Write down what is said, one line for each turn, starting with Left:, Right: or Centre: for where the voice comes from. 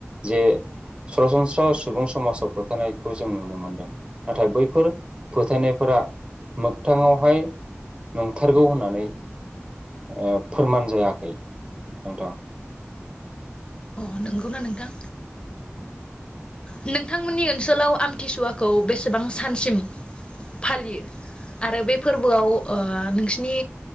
Right: जे सरासन स्रा सुबुं समाजाव फोथानायखौ जों नुनो मोन्दों नाथाय बैफोर फोथायनायफोरा मोगथाङावहाय नोंथारगौ होननानै ओ फोरमान जायाखै नोंथां।
Left: अ नोंगौना नोंथां? नोंथांमोननि ओनसोलाव आमथिसुवाखौ बेसेबां सानसिम फालियो आरो बे फोर्बोआव ओ नोंसिनि